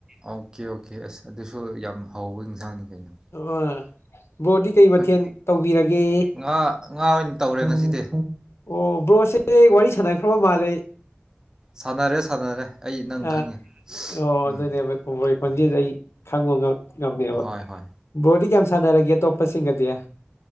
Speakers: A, on the right (about 15°); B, on the left (about 80°).
A: ꯑꯣꯀꯦ ꯑꯣꯀꯦ ꯑꯁ ꯑꯗꯨꯁꯨ ꯌꯥꯝ ꯍꯥꯎꯕ ꯌꯦꯟꯁꯥꯡꯅꯤ ꯀꯩꯅꯣ꯫
B: ꯑ ꯕ꯭ꯔꯣꯗꯤ ꯀꯩ ꯃꯊꯦꯜ
A: ꯍꯣꯏ
B: ꯇꯧꯕꯤꯔꯒꯦ?
A: ꯉꯥ ꯉꯥ ꯑꯣꯏꯅ ꯇꯧꯔꯦ ꯉꯁꯤꯗꯤ꯫
B: ꯑꯣ ꯕ꯭ꯔꯣꯁꯦ ꯋꯥꯔꯤ ꯁꯥꯟꯅꯈ꯭ꯔꯕ ꯃꯥꯜꯂꯦ꯫
A: ꯁꯥꯟꯅꯔꯦ ꯁꯥꯟꯅꯔꯦ ꯑꯩ ꯅꯪ ꯈꯪꯉꯦ
B: ꯑ ꯑꯣ
A: ꯎꯝ
B: ꯑꯗꯨꯅꯦꯕ <unintelligible> ꯈꯣꯟꯖꯦꯟꯁꯦ
A: ꯎꯝ
B: ꯑꯩ ꯈꯪꯕ ꯉꯝ ꯉꯝꯃꯦꯕ
A: ꯍꯣꯏ ꯍꯣꯏ
B: ꯕ꯭ꯔꯣꯗꯤ ꯀꯌꯥꯝ ꯁꯥꯟꯅꯔꯒꯦ ꯑꯇꯣꯞꯄꯁꯤꯡꯒꯗꯤ꯫